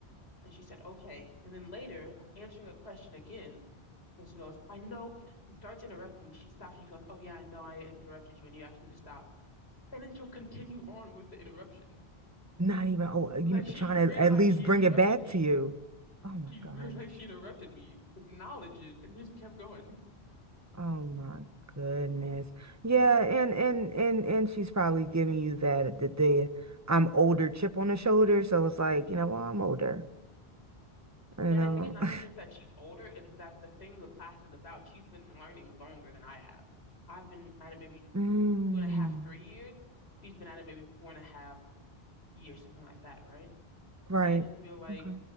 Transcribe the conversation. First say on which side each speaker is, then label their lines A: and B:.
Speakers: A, on the left; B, on the right.
A: And she said, okay. And then later, I'm answering a question again. And she goes, I know. She starts interrupting me. She stops and she goes, oh, yeah, I know I interrupted you and you asked me to stop. And then she'll continue on with the interruption.
B: Not even, oh, uh, you
A: Like
B: know,
A: she
B: trying
A: realized
B: to at least
A: she
B: bring
A: interrupted
B: it back
A: me
B: to you. Oh my
A: She
B: gosh.
A: realized she interrupted me, acknowledged it, and just kept going.
B: Oh my goodness. Yeah, and and and and she's probably giving you that the, the I'm older chip on the shoulder. So it's like, you know, well, I'm older, you
A: And
B: know.
A: I think it's not
B: <laughs>
A: even just that she's older, it's that the thing the class is about. She's been learning longer than I have. I've been at it maybe
B: Mm,
A: two and a half, three years. She's been at it maybe four and a half years, something like that, right?
B: right.
A: And I just feel like
B: Okay.